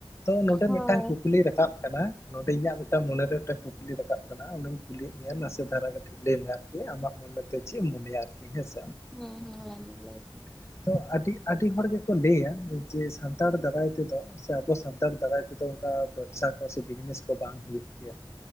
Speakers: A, on the left; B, in the centre.
A: ᱛᱚ ᱱᱚᱸᱰᱮ
B: ᱦᱳᱭ
A: ᱢᱤᱫᱴᱟᱝ ᱠᱩᱠᱞᱤ ᱨᱟᱠᱟᱵ ᱠᱟᱱᱟ ᱱᱚᱸᱰᱮ ᱤᱧᱟᱹᱜ ᱢᱤᱫᱴᱟᱝ ᱢᱚᱱᱮ ᱨᱮ ᱢᱤᱫᱴᱟᱝ ᱠᱩᱠᱞᱤ ᱨᱟᱠᱟᱵ ᱠᱟᱱᱟ, ᱚᱱᱟᱧ ᱠᱩᱞᱤᱭᱮᱫ ᱢᱮᱭᱟ ᱱᱟᱥᱮ ᱫᱷᱟᱨᱟ ᱠᱟᱹᱴᱤᱡ ᱞᱟᱹᱭ ᱜᱮ ᱟᱢᱟᱜ ᱢᱚᱱᱮ ᱛᱮ ᱪᱮᱫ ᱢᱚᱱᱮᱭᱟ ᱟᱨᱠᱤ ᱦᱮᱸ ᱥᱮ?
B: ᱦᱮᱸ ᱦᱮᱸ ᱞᱟᱹᱭ ᱢᱮ ᱞᱟᱹᱭ ᱢᱮ
A: ᱛᱚ ᱟᱹᱰᱤ ᱟᱹᱰᱤ ᱦᱚᱲ ᱜᱮᱠᱚ ᱞᱟᱹᱭᱟ ᱡᱮ ᱥᱟᱱᱛᱟᱲ ᱫᱟᱨᱟᱭ ᱛᱮᱫᱚ ᱥᱮ ᱟᱵᱚ ᱥᱟᱱᱛᱟᱲ ᱫᱟᱨᱟᱭ ᱛᱮᱫᱚ ᱚᱱᱠᱟ ᱵᱮᱵᱽᱥᱟ ᱠᱚ ᱥᱮ ᱵᱤᱡᱽᱱᱮᱥ ᱠᱚ ᱵᱟᱝ ᱦᱩᱭᱩᱜ ᱜᱮᱭᱟ ᱾